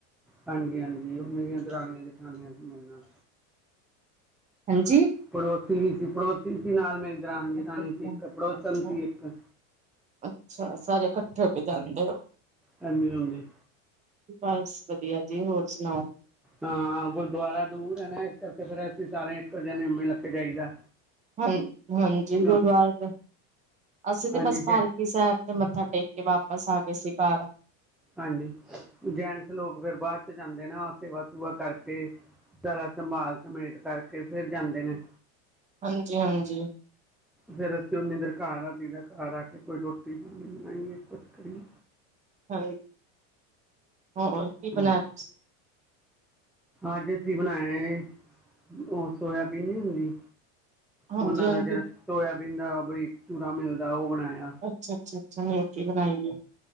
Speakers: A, in the centre; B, on the right.
A: ਹਾਂਜੀ, ਹਾਂਜੀ ਉਹ ਮੇਰੀਆਂ ਦਰਾਨੀਆਂ ਜਠਾਨੀਆਂ ਸੀ ਮੇਰੇ ਨਾਲ
B: ਹਾਂਜੀ
A: ਪੜੋਸੀ ਵੀ ਸੀ ਪੜੋਸੀ ਸੀ ਨਾਲ ਮੇਰੀ ਦਰਾਨ ਜਠਣੀ
B: ਅੱਛਾ
A: ਸੀ ਇੱਕ
B: ਅੱਛਾ
A: ਪੜੋਸਮ
B: ਅੱਛਾ
A: ਸੀ ਇੱਕ
B: ਅੱਛਾ ਸਾਰੇ ਕੱਠੇ ਹੋ ਕੇ ਜਾਂਦੇ ਓ
A: ਹਾਂਜੀ, ਹਾਂਜੀ
B: ਬਸ ਵਧੀਆ ਜੀ ਹੋਰ ਸੁਣਾਓ
A: ਹਾਂ ਗੁਰਦੁਆਰਾ ਦੂਰ ਏ ਨਾ ਇਸ ਕਰਕੇ ਫੇਰ ਅਸੀਂ ਸਾਰੇ ਇੱਕੋ ਜਿ ਨੇਵੇੇ ਲੱ ਕੇ ਜਾਈਦਾ
B: ਹਾਂ ਹਾਂਜੀ
A: ਕਿਉਂ?
B: ਗੁਰਦੁਆਰੇ ਅਸੀਂ ਤੇ
A: ਹਾਂਜੀ
B: ਬਸ ਪਾਲ
A: ਜੈ
B: ਕੇ <unintelligible> ਸਾਹਿਬ ਤੇ ਮੱਥਾ ਟੇਕ ਕੇ ਵਾਪਸ ਆ ਗਏ ਸੀ ਘਰ
A: ਹਾਂਜੀ ਜੈਂਨਸ ਲੋਕ ਫੇਰ ਬਾਦ ਚ ਜਾਂਦੇ ਨਾ ਸੇਵਾ ਸੇਵਾ ਕਰਕੇ ਸਰਾ ਸੰਭਾਲ ਸਮੇਟ ਕਰਕੇ ਫੇਰ ਜਾਂਦੇ ਨੇ
B: ਹਾਂਜੀ ਹਾਂਜੀ
A: ਫੇਰ ਅਸੀਂ ਓਨੀ ਦੇਰ ਘਰ ਆ ਦਦਾ ਘਰ ਆ ਕੇ ਕੋਈ ਰੋਟੀ ਪਾਣੀ ਬਣਾਈਏ ਕੁਛ ਕਰੀਏ
B: ਹਾਂਜੀ ਹੋਰ
A: ਹੂੰ
B: ਬਣਾਇਆ <inaudible>
A: ਅੱਜ ਅਸੀਂ ਬਣਾਏ ਉਹ ਸੋਆ ਬੀਨ ਨੀ ਹੁੰਦੀ
B: ਹਾਂਜੀ
A: ਉਹਨਾਂ
B: ਹਾਂਜੀ
A: ਦਾ ਜਿਹੜਾ ਸੋਇਬੀਨ ਦਾ ਬਰੀਕ ਚੂਰਾ ਮਿਲਦਾ ਉਹ ਬਣਾਇਆ
B: ਅੱਛਾ ਅੱਛਾ ਅੱਛਾ ਨਿਊਟਰੀ ਬਣਾਈਏ